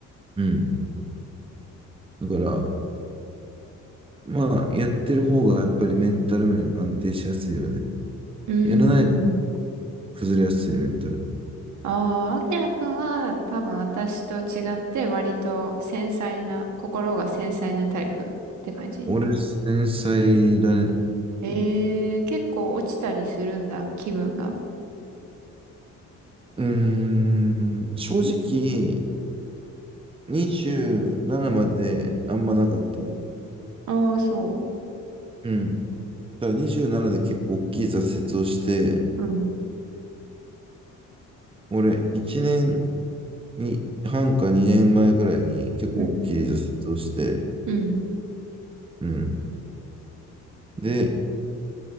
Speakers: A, on the right; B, on the right.
A: うん。だから、まあ、やってる方がやっぱりメンタル面安定しやすいよね。
B: うー
A: やらないと
B: ん。
A: 崩れやすいメンタル。
B: ああ、あきらくんは多分私と違って割と繊細な、心が繊細なタイプって感じ
A: 俺、繊細だね。
B: えー、結構落ちたりするんだ、気分が。
A: うーん、正直、27まであんまなかったな。
B: ああ、そ
A: うん。だから27で結構大きい挫折をして、
B: う。うん、
A: 俺、1年に半か2年前ぐらいに結構大きい挫折をして、
B: うん、うん。
A: うん。で、